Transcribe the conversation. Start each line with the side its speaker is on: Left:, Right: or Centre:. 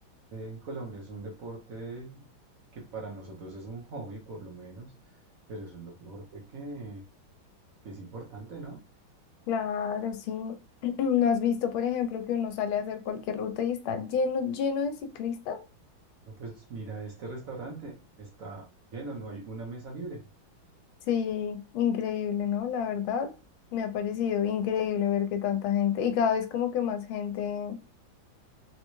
Right: eh, en Colombia es un deporte que para nosotros es un hobby por lo menos, pero es un deporte que, que es importante, ¿no?
Left: claro, sí. <clears throat> ¿No has visto, por ejemplo, que uno sale a hacer cualquier ruta y está lleno, lleno de ciclistas?
Right: No, pues mira, este restaurante está lleno, no hay una mesa libre.
Left: Sí, increíble, ¿no? La verdad, me ha parecido increíble ver que tanta gente, y cada vez como que más gente.